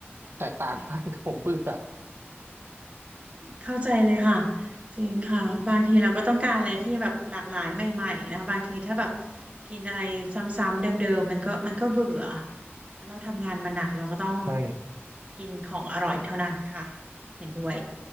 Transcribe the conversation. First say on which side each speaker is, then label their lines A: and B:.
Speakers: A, on the right; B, on the right.
A: แตกต่าง <laughs> บ้างผมเบื่อ
B: เข้าใจเลยค่ะจริงค่ะบางทีเราก็ต้องการอะไรที่แบบหลากหลายใหม่ๆนะคะบางทีถ้าแบบกินอะไรซ้ำๆเดิมๆมันก็มันก็เบื่อแล้วเราทำงานมาหนักเราก็ต้อง
A: ใช่
B: กินของอร่อยเท่านั้นค่ะเห็นด้วย